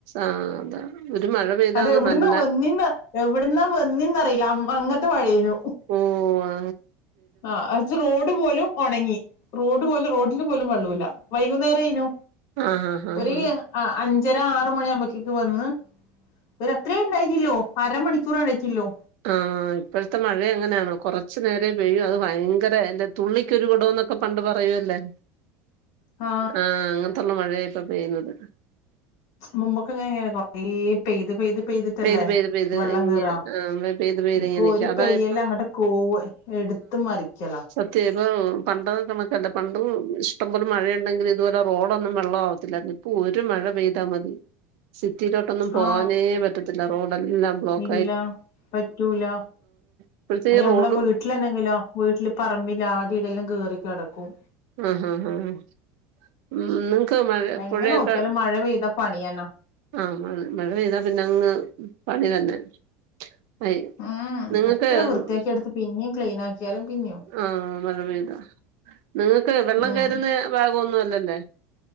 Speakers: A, on the right; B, on the left.
A: ആഹ് അതാ ഒരു മഴ പെയ്താ
B: അത്
A: അങ്ങ്
B: എവിടുന്നാ
A: നല്ല
B: വന്നേന്നാ എവിടുന്നാ വന്നേന്നറിയില്ല അമ്പങ <unintelligible> ത്തെ മഴേനു
A: ഊവാ
B: ആ അജ് റോഡ് പോലും ഒണങ്ങി റോഡ് പോലും റോഡില് പോലും വെള്ളൂല്ല വൈകുന്നേരേനു
A: ആഹ് ആഹ് ആഹ്
B: ഒര് ആ അഞ്ചര ആറു മണി ആ വുമ്പോത്തേക്ക് വന്ന് ഒരുത്രയും ഉണ്ടാക്കില്ലോ അരമണിക്കൂർ അഴച്ചില്ലോ
A: ആഹ് ഇപ്പോഴത്തെ മഴ എങ്ങനെയണോ കൊറച്ചു നേരം പെയ്യൂ അത് ഭയങ്കര അയ്ന്റ തുള്ളി ക്കൊരു ഒരു കുടോന്നൊക്കെ പണ്ട് പറയോല്ലേ
B: ആ
A: ആഹ് അങ്ങനത്തൊള്ള മഴയാ ഇപ്പൊ പെയ്യുന്നത്
B: മുമ്പൊക്കെ ഇങ്ങ എങ്ങനെ കൊറ ഈ പെയ്ത് പെയ്ത് പെയ്തിട്ടല്ലേ
A: പെയ്ത് പെയ്ത് പെയ്ത്
B: വെള്ളം
A: ഇങ്ങ്
B: കേറാ
A: ആഹ് പെയ്ത് പെയ്ത്
B: ഇപ്പൊ
A: ഇങ്ങനെ നിക്കും
B: ഒരു
A: അതാ
B: പെയ്യലങ്ങട്ട്
A: ഇപ്പൊ
B: കോവ് എടുത്ത് മറിക്കലാ
A: മറ്റേത് പണ്ട് നമുക്കല്ല പണ്ടും ഇഷ്ടംപോലെ മഴയുണ്ടെങ്കില് ഇതുപോലെ റോഡൊന്നും വെള്ളം ആവത്തില്ലായിരുന്നു ഇപ്പ് ഇപ്പ ഒരു മഴ പെയ്താ മതി സിറ്റീലോട്ടൊന്നും പോകാനേ
B: ആ
A: പറ്റത്തില്ല റോഡ് എല്ലാം ബ്ലോക്ക്
B: ഇല്ല
A: ആയി
B: പറ്റൂല
A: ഇപ്പോഴത്തെ
B: അയ്ന്
A: ഈ
B: ഞമ്മള
A: റോഡ്
B: വീട്ട വീട്ടിലാണെങ്കിലാ വീട്ടില് പറമ്പിലാദ്യ തെല്ലാം കേറി കെടക്കും
A: ഉംഹുംഹുംഹും ഉം ഉം ഒന്നും കേ മഴ
B: എങ്ങനെ
A: പുഴേക്ക
B: നോക്കിയാലും മഴ പെയ്താ പണിയന്നാ
A: ആഹ് ആഹ് മഴ പെയ്താ പിന്നെ അങ്ങ് പണി തന്നെ ആയി
B: ഉം
A: നിങ്ങളിപ്പെ
B: എത്ര വൃത്തിയാക്കി
A: ഊം
B: എടുത്ത് പിന്നെയും ക്ലീൻ ആക്കിയാലും പിന്നെയും
A: ആഹ് നല്ല മഴ പെയ്താ നിങ്ങൾക്ക് വെള്ളം
B: ഉം
A: കേറുന്ന ഭാഗൊന്നുഅല്ലല്ല